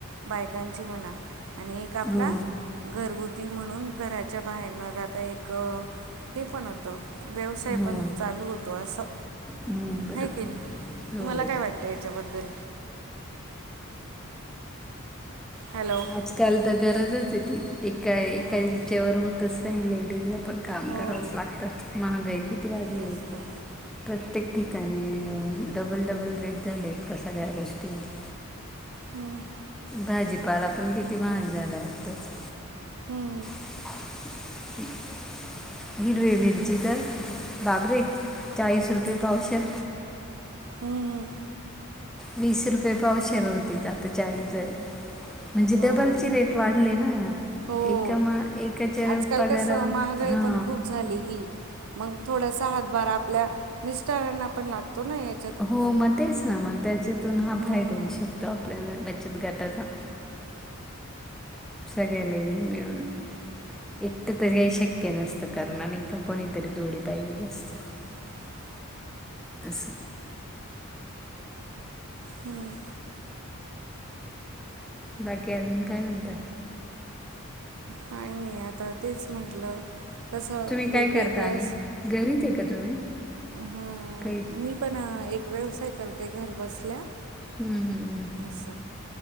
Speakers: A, on the right; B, in the centre.
A: बायकांची म्हणा आणि एक आपला
B: हो
A: घरगुती म्हणून घराच्या बाहेरन जाता एक हे पण होतं व्यवसाय
B: हो
A: पण चालू होतो असं
B: हम्म बरोबर
A: आहे की नी, तुम्हाला
B: हो
A: काय वाट त याच्या बद्दल? हॅलो
B: आजकाल तर गरजच ये ती, एका
A: हां
B: एका हिच्यावर होतच नाही लेडीजला पण काम
A: हो
B: करावच लागतं, महागाई किती वाढली
A: तेच
B: ये.
A: तर
B: प्रत्येक ठिकाणी डबल -डबल रेट धरलेत सगळ्या गोष्टींचे.
A: हम्म.
B: भाजीपाला पण किती महाग झालाय आत्ताच.
A: हम्म हम्म.
B: <inaudible> हिरवी मिरची तर बापरे चाळीस रुपये पावशेर.
A: हम्म हम्म.
B: वीस रुपये पावशेर होती त आता चाळीस झाली. म्हणजे
A: हो
B: डबलची रेट वाढले ना.
A: हो
B: एका मा एकाच्या
A: आजकाल
B: पगारावर
A: कसं महागाई
B: हा.
A: पण खूप झालेली मग थोडासा हातभार आपल्या मिस्टरांना पण लागतो ना एक
B: हो मग तेच ना मग त्याच्यातून हा
A: हां
B: फायदा होऊ शकतो आपल्याला बचत गटाचा. सगळ्या लेडीज मिळून एकटी तरी काही शक्य नसतं करण नाही का कोणीतरी जोडी पाहिजेच असतं.
A: <inaudible>
B: असं.
A: हम्म.
B: बाकी अजून काय म्हणता?
A: काही नाही आता तेच म्हटलं कसं
B: तुम्ही काय
A: वेगवेगळं
B: करता आणि घरीच आहे का तुम्ही
A: हं,
B: काही
A: मी पण एक व्यवसाय करते घर बसल्या
B: हम्म हम्.
A: असं.